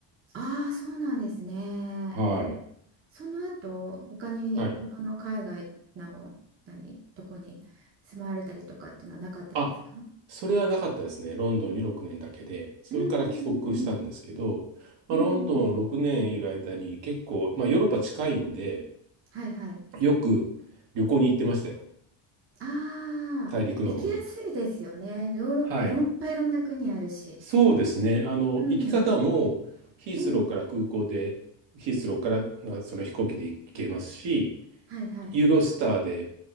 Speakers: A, on the right; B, on the right.
A: ああ、そうなんですね。
B: はい。
A: その後他に他の海外の何とこに住まわれたりとかっていうのはなかったんですか
B: はい。あ、それはなかったですね。ロンドンに6年だけで。それから帰国したんですけど、
A: うんうんうん
B: まあ、
A: うんうんうん
B: ロンドン6年いる間に結構、まあ、ヨーロッパ近いんで、
A: はいはい
B: よく旅行に行ってましたよ。
A: あ
B: 大陸の方に。
A: あー行きやすいですよねヨーロッパいろんいっぱいいろんな国あるし
B: はい。そうですね。あの、
A: うん
B: 行き方もヒースローから空港で、
A: うん
B: ヒースローからなその飛行機で行けますし、
A: はいはい
B: ユーロスターで